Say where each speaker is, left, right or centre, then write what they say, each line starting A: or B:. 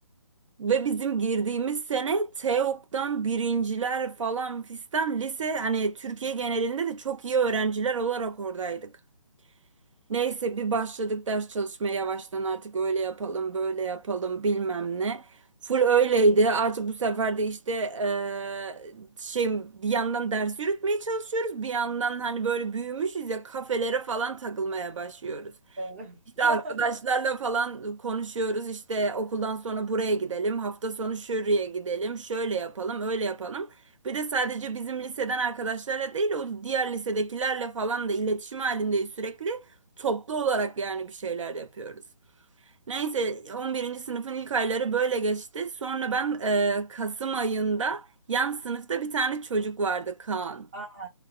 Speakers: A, on the right; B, on the right.
A: Ve bizim girdiğimiz sene TEOG'dan birinciler falan fistan lise hani Türkiye genelinde de çok iyi öğrenciler olarak oradaydık. Neyse bir başladık ders çalışmaya yavaştan artık öyle yapalım böyle yapalım bilmem ne. Full öyleydi. Artık bu sefer de işte eee, şey bir yandan ders yürütmeye çalışıyoruz. Bir yandan hani böyle büyümüşüz ya kafelere falan takılmaya başlıyoruz.
B: Evet.
A: İşte
B: <laughs>
A: arkadaşlarla falan konuşuyoruz. İşte okuldan sonra buraya gidelim. Hafta sonu şuraya gidelim. Şöyle yapalım, öyle yapalım. Bir de sadece bizim liseden arkadaşlarla değil, o diğer lisedekilerle falan da iletişim halindeyiz sürekli. Toplu olarak yani bir şeyler yapıyoruz. Neyse on birinci sınıfın ilk ayları böyle geçti. Sonra ben e, Kasım ayında yan sınıfta bir tane çocuk vardı Kaan.
B: Aa,